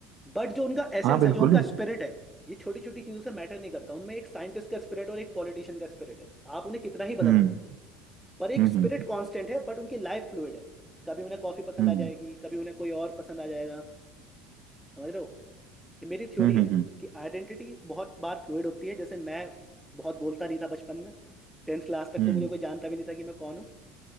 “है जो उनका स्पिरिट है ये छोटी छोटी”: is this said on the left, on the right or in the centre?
Centre